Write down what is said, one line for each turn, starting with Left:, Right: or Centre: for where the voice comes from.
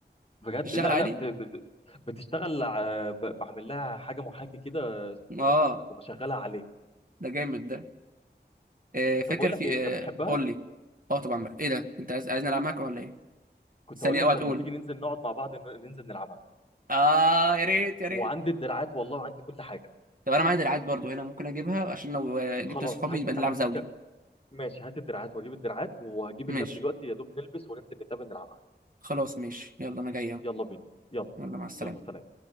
Left: بجد
Right: بتشتغل
Left: لا
Right: عادي
Left: لا بت- بت- بتشتغل ع- ب- بعمل لها حاجه محاكي كده سيمفونيكس
Right: اه
Left: وبشغلها عليه
Right: ده جامد ده آه فاكر
Left: طب بقول
Right: في
Left: لك ايه انت
Right: آه
Left: بتحبها
Right: قول لي اه طبعا بقى ايه ده انت عايز عايزني العب معاك ولا ايه
Left: كنت
Right: ثانيه
Left: اقول لك
Right: اوعى
Left: طب
Right: تقول
Left: ما تيجي ننزل نقعد مع بعض ن- ننزل نلعبها
Right: اه يا ريت يا ريت
Left: وعندي الدراعات والله وعندي كل حاجه
Right: طب انا معايا دراعات برضو هنا ممكن اجيبها عشان لو آه، جبت
Left: خلاص
Right: صحابي
Left: هات
Right: يبقى نلعب
Left: هات
Right: زوجي
Left: انت ماشي هات الدراعات واجيب الدراعات وهجيب
Right: ماشي
Left: اللاب دلوقتي يا دوب نلبس وننزل نتقابل نلعب
Right: خلاص ماشي يلا انا جاي أهو.
Left: يلا بينا يلا
Right: يلا مع السلامه
Left: يلا سلام